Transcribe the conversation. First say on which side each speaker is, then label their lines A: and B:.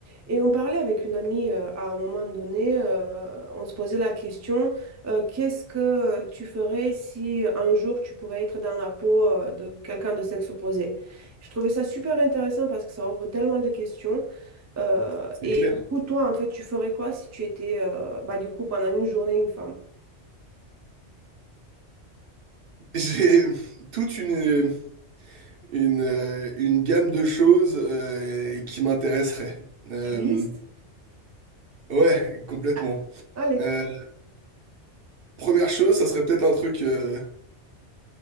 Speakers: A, on the right; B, on the right.
A: Et on parlait avec une amie euh, à un moment donné, euh, on se posait la question, euh, qu'est-ce que tu ferais si euh, un jour tu pourrais être dans la peau euh, de quelqu'un de sexe opposé? Je trouvais ça super intéressant parce que ça ouvre tellement de questions. Euh,
B: C'est
A: et
B: clair.
A: du coup, toi, en fait, tu ferais quoi si tu étais, euh, bah, du coup, pendant une journée, une femme?
B: J'ai toute une, une, euh, une gamme de choses euh, qui m'intéresseraient. Euh,
A: T'as une liste?
B: ouais, complètement.
A: Ah, allez,
B: Euh, première chose, ça serait peut-être un truc, euh,